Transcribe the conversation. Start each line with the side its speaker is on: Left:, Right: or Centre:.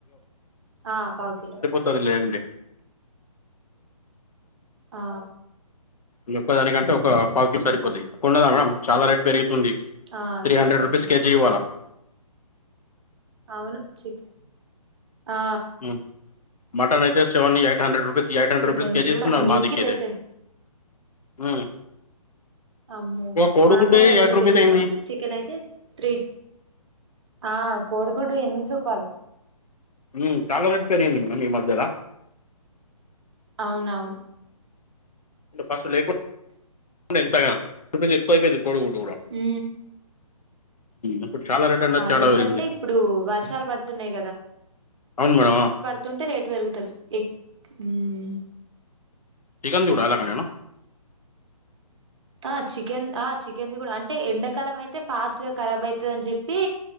Right: ఆ పావు కిలో
Left: పది లేండి.
Right: ఆ
Left: ఈ ఒక్క దానికంటే ఒక పావుకిల్ సరిపోది కొండదా మేడం చాలా రేట్ పెరిగితుంది.
Right: ఆ
Left: త్రీ
Right: సరిపోతది
Left: హండ్రెడ్ రుపీస్ కేజీ ఇవాలా
Right: అవును చిక్ ఆ
Left: ఉహ్ మటన్ అయితే seven eight hundred rupees eight hundred
Right: chicken
Left: rupees కేజీ
Right: కి కూడా
Left: ఇస్తున్నారు
Right: అన్నిటికిీ
Left: మాదికైతె
Right: రేటు
Left: మ్
Right: అమ్మో
Left: కోడి
Right: మా
Left: గూడే
Right: సైడ్ ఎంతో
Left: యైట్ రూపేష్
Right: తెలియదు
Left: అయింది
Right: కాని చికెన్ అయితే త్రీ ఆ కోడిగుడ్డు ఎనిమిది రూపాలు
Left: హు చాల రేట్ పెరిగింది మేడం ఈ మధ్యల
Right: అవునవును
Left: ఫస్ట్ లేకుండె <unintelligible> క్కువ అయిపోయింది కోడి గూడు కూడా
Right: ఉ
Left: ఇప్పుడు చాల రేట్ <unintelligible>
Right: ఎందుకంటే
Left: పెరిగింది
Right: ఇప్పుడు వర్షాలు పడుతున్నాయి
Left: అవును మేడమ్
Right: తింటుంటే రేటు పెరుగుతారు ఎగ్ మ్
Left: చికెన్ చుడ అలాగా నేను
Right: ఆ చికెన్ ఆ చికెన్ ది కూడ అంటే ఎండాకాలం అయితే ఫాస్ట్ గా ఖరాబ్ అయితది అని చెప్పి